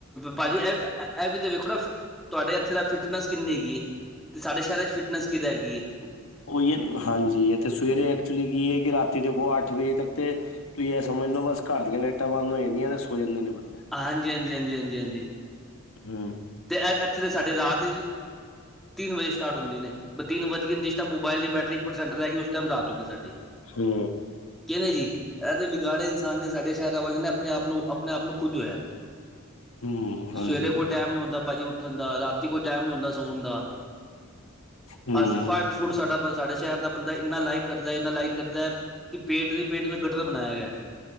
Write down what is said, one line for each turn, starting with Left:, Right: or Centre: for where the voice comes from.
Centre: ਪਾਜੀ ਏਹ- ਏਹ ਵੀ ਤਾਂ ਵੇਖੋ ਨਾ ਤੁਹਾਡੇ ਇਥੇ ਦਾ ਫਿਟਨੈਸ ਕਿੰਨੀ ਹੈਗੀ ਏ, ਤੇ ਸਾਡੇ ਸ਼ੈਰਾ 'ਚ ਫਿਟਨੈਸ ਕੀ ਰੈਗੀ ਏ
Left: ਓ, ਈ, ਐ, ਹਾਂਜੀ, ਏਥੇ ਸਵੇਰੇ ਐਕਚੁਲੀ ਕੀ ਆ ਕਿ ਰਾ ਏ ਦੇਖੋ ਅੱਠ ਵਜੇ ਤੱਕ ਤੇ ਤੁਸੀਂ ਏ ਸਮਝ ਲੋ ਬਸ ਘਰ ਦੀਆਂ ਲਾਈਟਾਂ ਬੰਦ ਹੋ ਜਾਂਦੀਆਂ, ਤੇ ਸੋ ਜਾਂਦੇ ਨੇ ਬੰਦੇ।
Centre: ਹਾਂਜੀ, ਹਾਂਜੀ, ਹਾਂਜੀ, ਹਾਂਜੀ, ਹਾਂਜੀ
Left: ਹੂ
Centre: ਤੇ, ਐ, ਐਥੇ ਤਾਂ ਸਾਡੇ ਰਾਤ ਈ ਤਿੰਨ ਵਜੇ ਸਟਾਰਟ ਹੁੰਦੀ ਨੇ। ਬਸ ਤਿੰਨ ਵਜ ਗਏ, ਜਿਸ ਟਾਈਮ ਮੋਬਾਈਲ ਦੀ ਬੈਟਰੀ ਏਕ ਪਰਸੈਂਟ ਰੈਹ ਗਈ, ਉਸ ਟਾਈਮ ਰਾਤ ਹੋ ਗਈ ਸਾਡੀ।
Left: ਹੂ
Centre: ਕਿਨੇ ਜੀ, ਏ, ਤਾਂ ਵਿਗਾੜੇਆ ਇਨਸਾਨ ਨੇ ਸਾਡੇ ਸ਼ੈਰਾਂ ਵਾਲੇਆਂ ਨੇ, ਆਪਣੇ- ਆਪ ਨੂੰ ਆਪਣੇ -ਆਪ ਨੂੰ ਖੁਦ ਹੋਏਆ।
Left: ਹੂੰ,
Centre: ਸਵੇਰੇ
Left: ਹਾਂਜੀ
Centre: ਕੋਈ ਟਾਈਮ ਨਈ ਹੁੰਦਾ ਪਾਜੀ ਉੱਠਣ ਦਾ ਰਾਤ ਰਾਤੀ ਕੋਈ ਟਾਈਮ ਨਈ ਹੁੰਦਾ ਸੌਣ ਦਾ,
Left: ਹੂੰ,
Centre: ਅੱਛਾ ਫਾਸਟ ਫੂਡ ਸਾਡਾ- ਸਾਡੇ ਸ਼ੈਰ ਦਾ ਬੰਦਾ ਏਨਾ ਲਾਈਕ ਕਰਦਾ- ਏਨਾ ਲਾਈਕ ਕਰਦਾ ਕਿ ਪੇਟ ਨਈ ਪੇਟ ਨੂੰ ਗਟਰ ਬਣਾਏਆ ਗੇਆ।